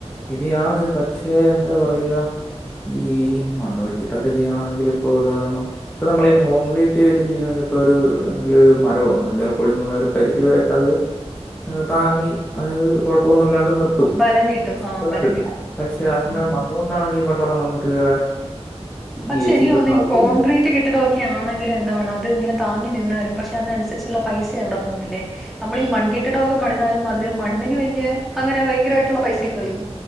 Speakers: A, on the left; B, in the centre.
A: ശരിയാണ് പക്ഷെ എന്താ പറയാ ഈ മണ്ണണ് വെിട്ടൊക്കെ ചെയ്യുകയാണെങ്കിൽ ഇപ്പൊ ഉദാഹരണം ഇപ്പൊ നമ്മള ഈ കോൺക്രീറ്റ് വെച്ചി ഇപ്പോൊ ഒരു എന്തെില ഒരു മരോ അങ്ങനെ എന്തൊലും കൊളിഞ്ഞ പോണ ഒരു പരിധിവ വരൊക്കെ അത് താങ്ങി അതായത് കുഴപ്പൊന്നുമ ഇല്ലാണ്ട് നിർത്തും
B: ബലം കിട്ടും ആ
A: <unintelligible>
B: ബലം കിട്ടും
A: പക്ഷെ ആ സമയം
B: ഉം
A: വന്നുകൊണ്ടാണെങ്കിൽ പറഞ്ഞല്ല നമുക്ക് വേറെ
B: പക്ഷെ
A: ഈ എ
B: എനിക്ക്
A: സിയുടെ
B: തോന്നുന്നു
A: ഒന്നും ആവശ്യമില്ല
B: ഈ കോൺക്രീറ്റ് കെട്ടിടമൊക്കെ ആണെങ്കിലും എന്താണ് അത് ഇങ്ങനെ താങ്ങി നിന്നാലും പക്ഷെ അതിനനുസരിച്ചുള്ള പൈസ അവിടെ പോകുന്നില്ല നമ്മൾ ഈ മൺകെട്ടിടമക്കെ മരുന്നാലും അതില് മ അന് വല്ിയ അങ്ങനെ ഭയങ്കരമായിട്ടുള്ള പൈസൊക്കെ വരുോ